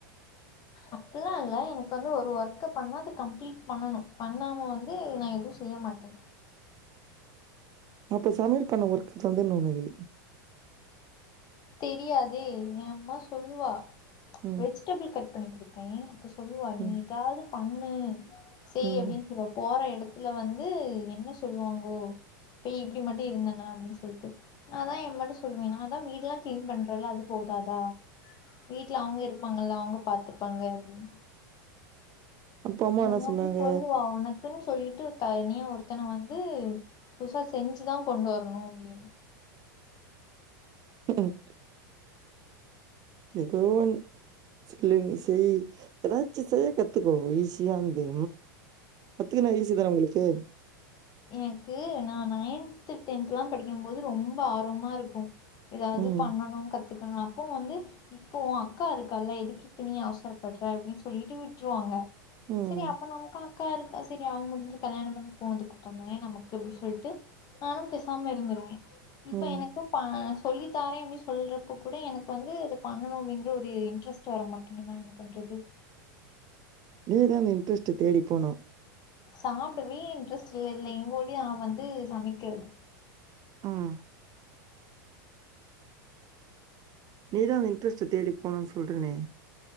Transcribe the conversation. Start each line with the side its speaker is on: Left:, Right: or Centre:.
Left: அப்புல்லா இல்ல எனக்கு வந்து ஒரு ஒர்க்கு பண்ணா அது கம்ப்ளீட் பண்ணனு பண்ணாம வந்து நா எது செய்யமாட்டே
Right: அப்ப சமையல் பண்ண உர்க்கு தந்தன்னுனக்கு
Left: தெரியாதே என் அம்மா சொல்லுவா
Right: ம்
Left: வெஜிடெபிள் கட் பண்ணி குடுப்பே அப்ப சொல்லுவா நீ
Right: ம்
Left: இதாவது பண்ணு செய்
Right: ம்
Left: அப்டின் சொல்லுவ போற எடத் த்துல வந்து என்ன சொல்லுவாங்கோ பிய் இப்டி மட்டி இருந்தனா அப்டின் சொல்ட்டு நாதா எ மட்டு சொல்லுவே நா தா வீடுலா க்ளீன் பண்றல்ல அது போதாதா வீட்ல அவுங்க இருப்பாங்கல்ல அவுங்க பாத்துப்பாங்க அப்டின்னு
Right: அப்ப அம்மா
Left: என்
Right: என்ன
Left: வந்து
Right: சொன்னாங்க
Left: சொல்லுவா உனக் குன் சொல்லிட்டு ஒரு தனியா ஒருத்தன வந்து புதுசா செஞ்சுதா கொண்டு வர்ணு அப்டின்னு
Right: ம் எதோ ஒன் செய் செய் எதாச்சு செய்ய கத்துக்கோ ஈசியாந்து கத்துகுனா ஈசி தான உங்களுக்கு
Left: என்க்கு நா நயன்த்து டென்த்லா படிக்கம் போது ரொம்ப ஆர்வமா இருக்கு எதாவது
Right: ம்
Left: பண்ணணு கத்துக் கன அப்போ வந்து இப்போ உ அக்கா இருக்கால்ல எதுக்கு இப்ப நீ அவசரப்படுற அப்டி சொல்லிட்டு விட்ருவாங்க
Right: ம்
Left: சரி அப்ப நம் அக்கா இருக்கா சரி அவ முடிஞ்சு கல்யாணம் பண்ணி போனதுக்கப்றந்தானே நமக்கு அப்டி சொல்ட்டு நானும் பெசாம இருந்துருவே இப்ப
Right: ம்
Left: எனக்கு பா சொல்லித்தாரே அப்டி சொல்றப்ப கூட எனக்கு வந்து அது பண்ணணு அப்டிங்குற ஒரு இன்ட்ரெஸ்ட் வர மாட்டிங்கு நா என்ன பண்ற து
Right: நீதா அந்த இன்ட்ரெஸ்ட்ட தேடி போனு
Left: சாப்டவே இன்ட்ரெஸ்ட்டில்ல இல்ல எங்கோடியா வந்து சமைக்கிறது
Right: ம் நீதா அந்த இன்ட்ரெஸ்ட்ட தேடி போனுன் சொல்றனே